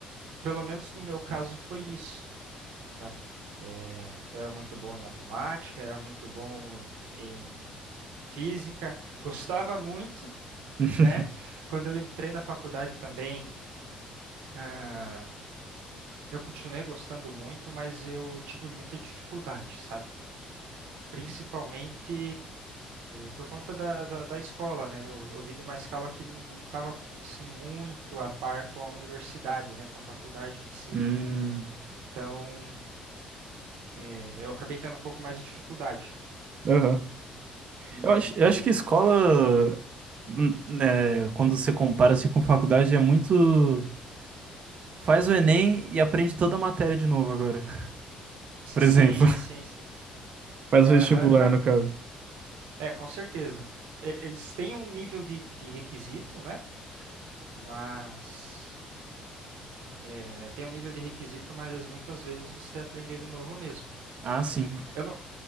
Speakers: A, on the right; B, on the right.
A: Pelo menos no meu caso foi isso, tá? É, eu era muito bom em matemática, era muito bom em física, gostava muito,
B: <laughs>
A: né? Quando eu entrei na faculdade também, ah, eu continuei gostando muito, mas eu tive muita dificuldade, sabe? Principalmente por conta da, da, da escola, né? Eu, eu vim de uma escola que não estava com o ensino muito a par com a universidade, né? Com a faculdade em si.
B: Hum,
A: Então, eh, eu acabei tendo um pouco mais de dificuldade.
B: aham.
A: E
B: Eu acho, eu acho que escola, hum, né, quando você compara assim com faculdade, é muito. Faz o Enem e aprende toda a matéria de novo agora. <laughs>
A: sim,
B: Por exemplo.
A: sim, sim.
B: Faz
A: Aham,
B: vestibular,
A: Não,
B: no caso.
A: é, com certeza. Ele- Eles têm um nível de, de requisito, né? Mas. eh, tem um nível de requisito, mas muitas vezes você aprende de novo mesmo.
B: Ah, sim.
A: Eu